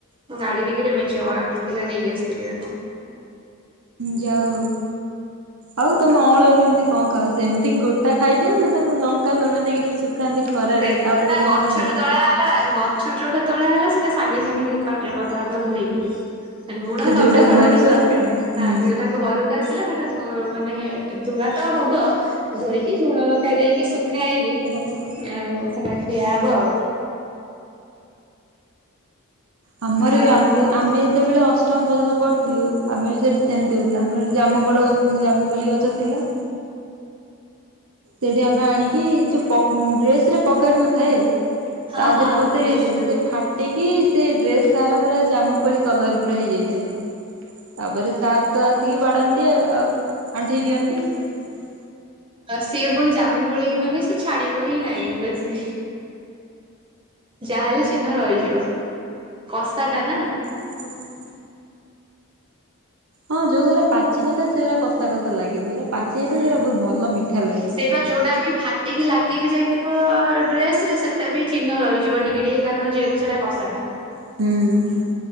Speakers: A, on the right; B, on the right.
A: ମୋ ଗାଡି ଟିଗିରେ ମେଞ୍ଚେ ଅଁଳା ପସିଥିଲା ନେଇକି ଆସିଥିଲି ଏରାକ।
B: ଯା ହଉ ଆଉ ତମ ଅଁଳା କୁ କେମତି କଣ ଖାଅ ସେମିତି ଗୋଟା ଖାଇଦିଅ ନା ତାକୁ ଲଙ୍କା ଲୁଣ ଦେଇକି ଯୋଉ ଶୁଖାନ୍ତି ଖରାରେ
A: ସେଟି
B: ତାପରେ
A: ଯୋଟା ଗଛରୁ
B: ଆଣି ଖାଆନ୍ତି
A: ତଳା ହେଲା ଗ ଛୁ ଯୋଟା ତୋଳା ହେଲା ସେଟା ସାଙ୍ଗେ ସାଙ୍ଗେ ପାଟିରେ ପଷା ହବ ଧୋଇକି। ଲୁଣ
B: ସେ
A: ଲଙ୍କା
B: ଯୋଉଟା
A: ସେଗୁଡା
B: ଘରକୁ
A: କିଛି ଦରକାର
B: ଆସେ
A: ନାହିଁ
B: ହୁଁ।
A: ଯଉଟା ଘରୁ ଆସିଲା ସେଇଟା ଧ ମାନେ ଧୁଆ ତ ହବ ଧୋଇକି ଲୁଣ ଲଙ୍କା ଦେଇକି ଶୁଖା ହେଇକି
B: ରହ ରହ।
A: ଆଉ ସେଟା ଖିଆ ହବ ଆଉ।
B: ଆମର
A: ଆମ୍ବ
B: ବି ଆମେ ଯେତେବେଳେ ଅଷ୍ଟମ ପର୍ଯ୍ୟନ୍ତ ପଢୁଥିଲୁ ଆମେ ବି ସେଟି ସେମତି ହଉ ଥିଲା ଆମର ଜାମୁକୋଳ ଜାମୁକୋଳି ଗଛ ଥିଲା। ସେଟି ଆମେ ଆଣିକି ଯୋଉ ପକ ଡ୍ରେସ ରେ ପକେଟ୍ ନଥାଏ
A: ହଁ
B: ତା
A: ହଁ
B: ଦେହରେ ପସେଇ
A: ଡ୍ରେସ
B: ଦେଇଥିବୁ ସେ ଫା ଟିକି ସେ ଡ୍ରେସ ସାରା ପୁରା ଜାମୁ କୋଳି କଲର ପୁରା ହେଇଯାଇଥାଏ। ତାପରେ ସାର୍ ତ ଆସିକି ବାଡାନ୍ତି ଆଉ ଆଣ୍ଠେଇ ଦିଅନ୍ତି। ହୁଁ
A: ଆ ସିଏ ପୁଣି ଜାମୁ କୋଳି ମାନେ ସେ ଛାଡିବ ହିଁ ନାହିଁ ବେଶୀ। ଯାହାହେଲେ ଚିହ୍ନ ରହିଯିବ କସା ଟା ନା।
B: ହବନି। ହଁ ଯୋଉଗୁରା ପାଚି ନଥାଏ ସେଉରା କଷା କଷା ଲାଗେ ଯଉଗୁଡା ପାଚି ଯାଇଥାଏ
A: ହୁଁ
B: ସେଗୁରା ଭଲ ମିଠା ଲାଗେ।
A: ସେଇପା ଯୋଉଟା ବି ଫାଟିକି ଲାଗି ବି ଯାଇଥିବ ଡ୍ରେସ ରେ ସେଟା ବି ଚିହ୍ନ ରହିଯିବ ଟିକେ ଟିକେ କାରଣ ଯେହେ ତୁ ସେଟା କସାଟା।
B: ହୁଁ।